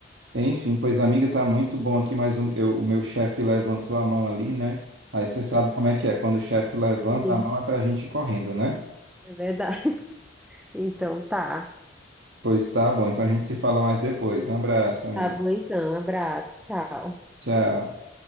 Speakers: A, on the right; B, in the centre.
A: Enfim, pois amiga, tá muito bom aqui, mas o, eu- o meu chefe levantou a mão ali, né? Aí você
B: Oh,
A: sabe
B: meu Deus.
A: como é que é, quando o chefe levanta
B: Sim,
A: a mão é pra gente ir correndo, né?
B: é verdade. <laughs> Então, tá.
A: Pois tá bom, então a gente se fala mais depois. Um abraço, amigo.
B: Tá bom, então. Abraço. Tchau.
A: Tchau.